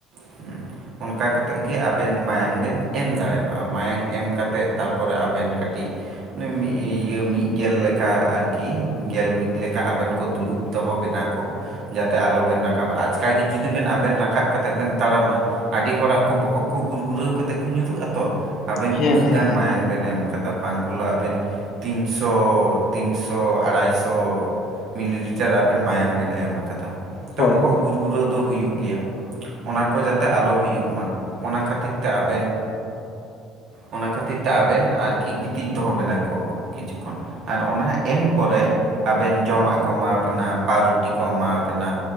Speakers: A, on the right (about 55°); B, on the left (about 55°).
A: <inaudible> ᱚᱱᱠᱟ ᱠᱟᱛᱮᱫ ᱜᱮ ᱟᱵᱮᱱ ᱢᱟᱭᱟᱝ ᱵᱮᱱ ᱮᱢ ᱫᱟᱲᱮᱣᱟᱜ-ᱟ ᱢᱟᱭᱟᱝ ᱮᱢ ᱠᱟᱛᱮᱫ ᱛᱟᱯᱚᱨᱮ ᱟᱵᱮᱱ ᱠᱟᱹᱴᱤᱡ <unintelligible> ᱤᱭᱟᱹ ᱢᱤᱫ ᱜᱮᱞ ᱞᱮᱠᱟ ᱟᱨᱠᱤ ᱜᱮᱞ ᱢᱤᱫ ᱞᱮᱠᱟ ᱟᱵᱮᱱ ᱠᱚ ᱫᱩᱲᱩᱵ ᱫᱚᱦᱚ ᱵᱤᱱᱟ ᱠᱚ᱾ ᱡᱟᱛᱮ ᱟᱞᱚᱵᱮᱱ ᱨᱟᱠᱟᱵᱟ, ᱟᱪᱠᱟ ᱜᱮ ᱡᱩᱫᱤ ᱵᱮᱱ ᱟᱵᱮᱱ ᱨᱟᱠᱟᱵ ᱠᱟᱛᱮᱫ ᱵᱮᱱ ᱛᱟᱲᱟᱢᱟ ᱟᱹᱰᱤ ᱦᱚᱲᱟᱜ ᱠᱚ ᱵᱚᱦᱚᱜ ᱠᱚ ᱜᱩᱨ ᱜᱩᱨᱟᱹᱣ ᱠᱟᱛᱮᱫ ᱠᱚ ᱧᱩᱨᱩᱜ ᱟᱛᱚ ᱟᱵᱮᱱ
B: ᱦᱮᱸ
A: ᱩᱱᱟᱹᱜ
B: ᱦᱮᱸ
A: ᱜᱟᱱ
B: ᱦᱮᱸ
A: ᱢᱟᱭᱟᱝ ᱵᱮᱱ ᱮᱢ ᱠᱟᱫᱟ ᱵᱟᱝ ᱦᱚᱞᱳᱜ ᱟᱵᱮᱱ ᱛᱤᱱᱥᱚ ᱛᱤᱱᱥᱚ ᱟᱲᱟᱭ ᱛᱚ ᱢᱤᱞᱤ ᱞᱤᱴᱟᱨ ᱟᱵᱮᱱ ᱢᱟᱭᱟᱝ ᱵᱮᱱ ᱮᱢ ᱟᱠᱟᱫᱟ
B: ᱦᱳᱭ
A: ᱛᱚ ᱵᱚᱦᱚᱜ
B: ᱦᱳᱭ
A: ᱜᱩᱨ
B: ᱦᱳᱭ
A: ᱜᱩᱨᱟ. ᱣ ᱫᱚ ᱦᱩᱭᱩᱜ ᱜᱮᱭᱟ᱾ ᱚᱱᱟ ᱠᱚ ᱡᱟᱛᱮ ᱟᱞᱚ ᱦᱩᱭᱩᱜ ᱢᱟ ᱚᱱᱟ ᱠᱷᱟᱹᱛᱤᱨ ᱛᱮ ᱟᱵᱮᱱ ᱚᱱᱟ ᱠᱷᱟᱹᱛᱤᱨ ᱛᱮ ᱟᱵᱮᱱ ᱟᱨᱠᱤ ᱜᱤᱛᱤᱡ ᱫᱚᱦᱚ ᱵᱮᱱᱟ ᱠᱚ᱾ ᱠᱤᱪᱷᱩ ᱠᱷᱚᱱ ᱟᱨ ᱚᱱᱟ ᱮᱢ ᱯᱚᱨᱮ ᱟᱵᱮᱱ ᱡᱚᱢᱟᱜ ᱠᱚ ᱮᱢᱟ ᱟᱵᱮᱱᱟ ᱯᱟᱨᱩᱴᱤ ᱠᱚ ᱮᱢᱟ ᱟᱵᱮᱱᱟ